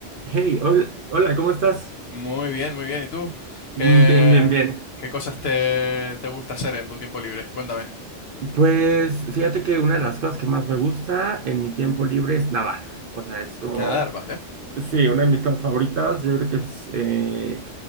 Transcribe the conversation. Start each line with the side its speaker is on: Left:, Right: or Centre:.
Right: Hey, hol- hola, ¿cómo estás?
Left: Muy bien, muy bien. ¿Y tú? ¿Qué,
Right: Mm, Bien, bien, bien.
Left: qué cosas te, te gusta hacer en tu tiempo libre? Cuéntame.
Right: Pues fíjate que una de las cosas que más me gusta en mi tiempo libre es nadar. O sea, es como
Left: Nadar, vale.
Right: Sí, una de mis cosas favoritas, yo creo que es eh,